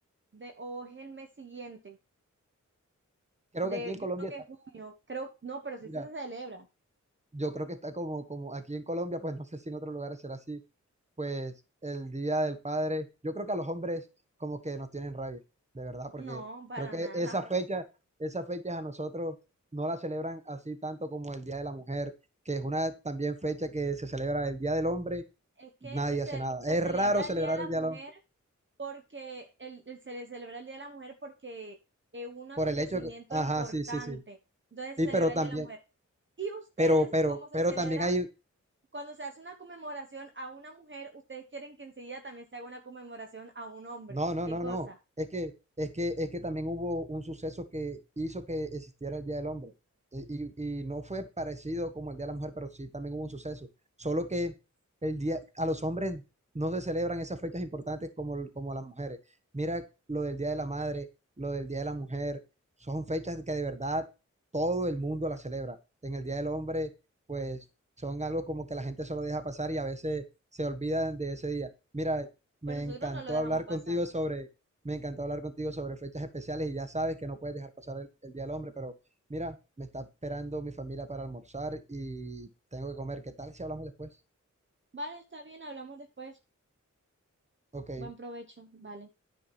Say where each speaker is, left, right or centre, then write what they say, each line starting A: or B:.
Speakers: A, on the right; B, on the right.
A: de, o es el mes siguiente,
B: Creo
A: de,
B: que aquí en Colombia
A: yo creo que
B: está,
A: es junio, creo, no, pero sí
B: mira,
A: se celebra.
B: yo creo que está como, como aquí en Colombia, pues no sé si en otros lugares será así, pues el Día del Padre, yo creo que a los hombres como que nos tienen rabia, de verdad, porque
A: No, para
B: creo que
A: nada.
B: esa fecha, esas fechas a nosotros no la celebran así tanto como el Día de la Mujer, que es una también fecha que se celebra el Día del Hombre,
A: Es que
B: nadie
A: se, cel-
B: hace nada.
A: se
B: Es
A: celebra
B: raro celebrar
A: el Día de la
B: el
A: Mujer
B: Día del Hombre
A: porque, el, el- se le celebra el Día de la Mujer porque es un acontecimiento
B: por el hecho que, ajá,
A: importante.
B: sí, sí, sí.
A: Entonces
B: Y
A: se celebra
B: pero también,
A: el Día de la Mujer. ¿Y ustedes
B: pero, pero,
A: cómo se
B: pero
A: celebra
B: también hay
A: cuando se hace una conmemoración a una mujer, ustedes quieren que enseguida también se haga una conmemoración a un hombre.
B: No, no,
A: ¿Qué
B: no,
A: cosa?
B: no. Es que, es que, es que también hubo un suceso que hizo que existiera el Día del Hombre. E- Y, y no fue parecido como el Día de la Mujer, pero sí también hubo un suceso. Solo que el día, a los hombres no se celebran esas fechas importantes como, el- como las mujeres. Mira lo del Día de la Madre, lo del Día de la Mujer. Son fechas que de verdad todo el mundo las celebra. En el Día del Hombre, pues son algo como que la gente solo deja pasar y a veces se olvidan de ese día. Mira.
A: Pues
B: Me
A: nosotros
B: encantó
A: no lo dejamos
B: hablar
A: pasar.
B: contigo sobre, me encantó hablar contigo sobre fechas especiales y ya sabes que no puedes dejar pasar el, el Día del Hombre, pero mira, me está esperando mi familia para almorzar y tengo que comer. ¿Qué tal si hablamos después?
A: Vale, está bien, hablamos después.
B: Ok.
A: Buen provecho, vale.